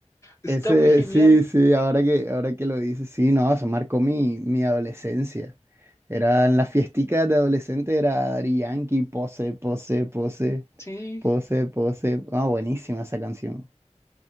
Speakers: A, on the left; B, on the right.
A: Está
B: Ese,
A: muy genial.
B: sí, sí, ahora que, ahora que lo dices, sí, no, eso marcó mi, mi adolescencia. Eran las fiesticas de adolescente, era Daddy Yankee, pose, pose, pose,
A: Sí,
B: pose, pose. Ah, buenísima esa canción.